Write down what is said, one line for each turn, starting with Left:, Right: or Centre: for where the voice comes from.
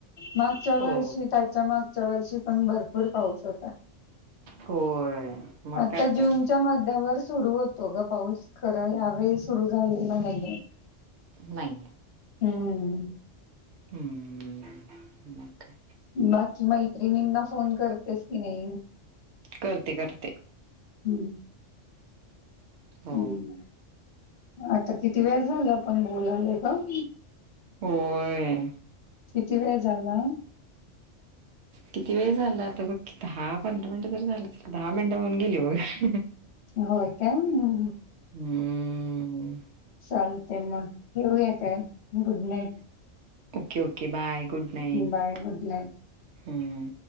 Left: मागच्या
Right: हो
Left: वर्षी त्याच्या मागच्या पुढच्या वर्षी पण भरपूर पाऊस होता.
Right: होय. मग
Left: आता
Right: काय
Left: जूनच्या
Right: तर
Left: मध्यावर सुरू होतो, गं पाऊस खरं यावेळी सुरू झाल <unintelligible>
Right: नाही
Left: हम.
Right: हम्म. मग काय
Left: बाकी मैत्रिणींना फोन करतेस कि नाही?
Right: करते करते.
Left: हम्म.
Right: हो
Left: हम्म आता किती वेळ झालं, आपण बोलालोय गं?
Right: होय.
Left: किती वेळ झाला?
Right: किती वेळ झाला, आता बघ दहा पंधरा मिनिटं तर झाली दहा मिनिटं होऊन गेली बघं.
Left: होय, काय
Right: हम्म
Left: चालतयं म. ठेवूया, काय good night!
Right: Okay okay bye! Good night
Left: bye good night.
Right: हम्म